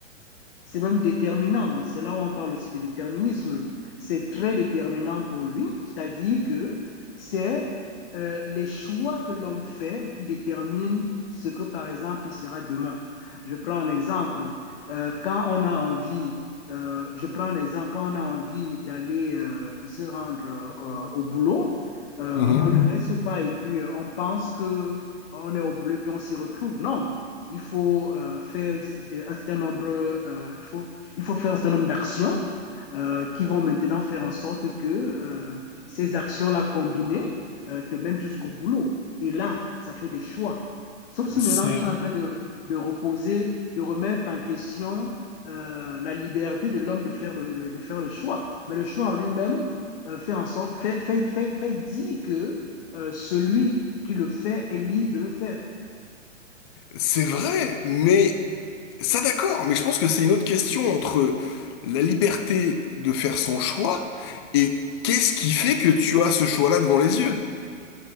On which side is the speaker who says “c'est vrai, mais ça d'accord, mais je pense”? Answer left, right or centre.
Left